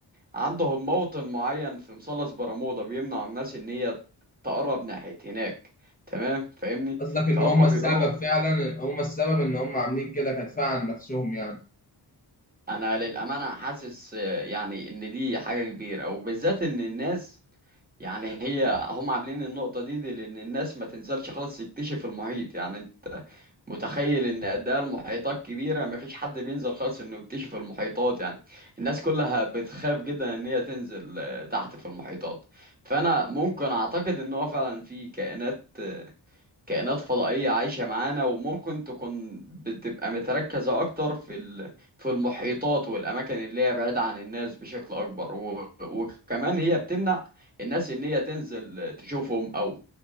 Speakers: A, on the right (about 20°); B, on the left (about 20°).
A: عندهم موطن معين في مثلث برمودا بيمنع الناس إن هي تقرب ناحية هناك تمام فاهمني
B: قصدك
A: فهم
B: ان هم السبب
A: بيقولوا
B: فعلا هم السبب ان هم عاملين كده كدفاع عن نفسهم يعني
A: انا للامانه حاسس آه، يعني ان دي حاجه كبيره وبالذات ان الناس يعني هي هم عاملين النقطه دي, دي لان الناس ما تنزلش خالص تكتشف المحيط يعني انت متخيل ان قد ايه المحيطات كبيره ما فيش حد بينزل خالص انه يكتشف المحيطات يعني الناس كلها بتخاف جدا ان هي تنزل آه، تحت في المحيطات فانا ممكن اعتقد ان هو فعلا في كائنات كائنات فضائية عايشة معانا وممكن تكون بتبقى متركزة أكتر في ال- في المحيطات والأماكن اللي هي بعيدة عن الناس بشكل أكبر و- وكمان هي بتمنع الناس إن هي تنزل تشوفهم أو